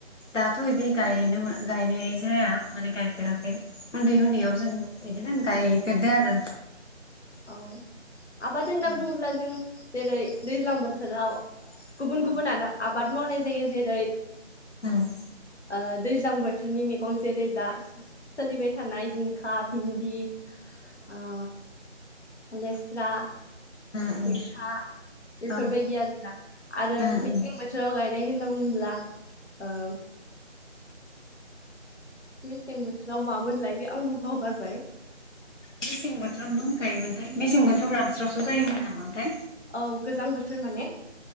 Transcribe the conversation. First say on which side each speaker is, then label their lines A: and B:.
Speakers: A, on the left (about 80°); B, on the left (about 65°).
A: दाथ' बिदि गायनो गायनाय जाया माने गायफेराखै उन्दै उन्दैयाव जों बिदिनो गायफेरदो आरो।
B: औ। आबाद होनना
A: उम
B: बुङोब्ला जों जेरै दैज्लां बोथोराव गुबुन
A: औ
B: गुबुन आदा आब आबाद मावनाय जायो जेरै
A: ओं
B: ओ दैज्लां बोथोरनि मैगं जेरै दा सोलिबाय थानाय जिंखा भिन्दि आ लेस्रा
A: उम उम
B: मैथा बेफोरबायदि
A: औ
B: आरोना
A: उम
B: आरो
A: उम
B: मेसें बोथोराव गाय नाय होनना बुङोब्ला औ मेसें बोथोराव मामोन लायो आंबो बावगारबाय
A: मेसें बोथोराव मा गायोमोनथाय मेसें बोथोराव रानस्रावस्राव जायोमोन नामाथाय
B: औ गोजां बोथोर माने